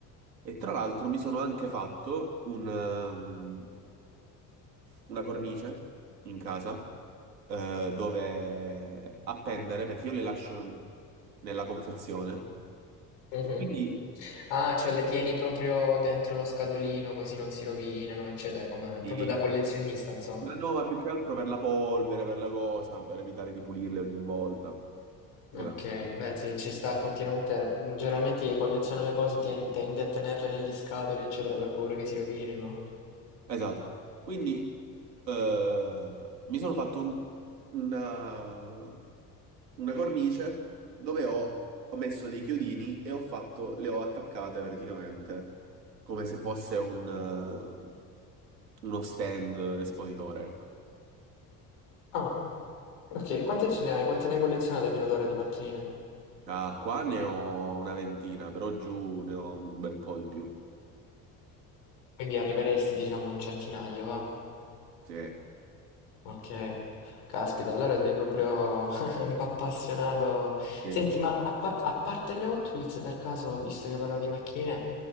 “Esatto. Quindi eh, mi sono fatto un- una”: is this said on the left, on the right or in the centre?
Right